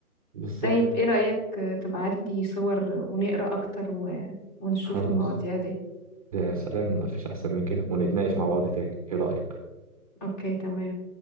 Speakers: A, on the right; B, on the left.
A: بالظبط
B: طيب ايه رأيك تبعت لي صور ونقرأ أكتر و... ونشوف
A: خلاص
B: المواضيع دي
A: يا سلام مفيش أحسن من كده ونتناقش مع بعض تاني إيه رأيك؟
B: أوكي تمام